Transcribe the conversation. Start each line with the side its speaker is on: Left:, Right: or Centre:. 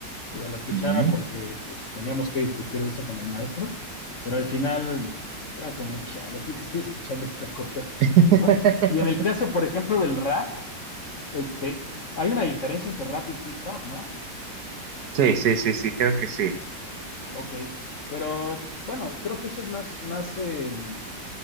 Left: Yo lo escuchaba
Right: Ujú.
Left: porque pues, teníamos que discutir de eso con el maestro, pero al final era como, chale, fui que estoy escuchando esta cosa.
Right: <laughs>
Left: Ay, Y en el caso, por ejemplo, del rap, este, hay una diferencia entre rap y hip hop, ¿no?
Right: Sí, sí, sí, sí, creo que sí.
Left: Ok, pero bueno, creo que eso es más, más, eh, un